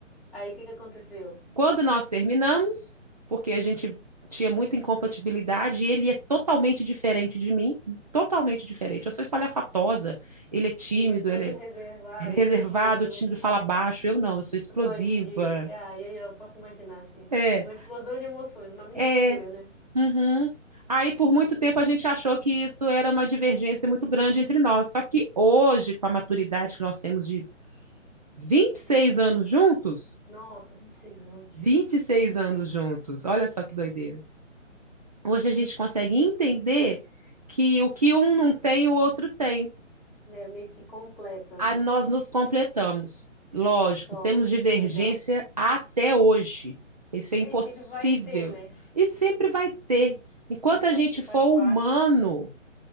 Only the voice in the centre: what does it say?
Aí o que que aconteceu?
Ele é todo
reservado,
tímido,
gosta de, de... Aí eu posso imaginar, assim,
uma explosão de emoções, uma mistura,
né?
Nossa, 26 anos,
muito
tempo.
É meio que completa,
né?
Top,
que legal.
E sempre vai ter, né?
Hum,
eu
acho que faz
parte.